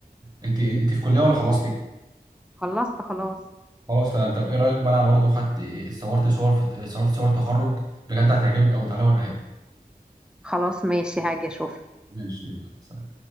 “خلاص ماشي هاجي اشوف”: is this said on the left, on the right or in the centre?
Centre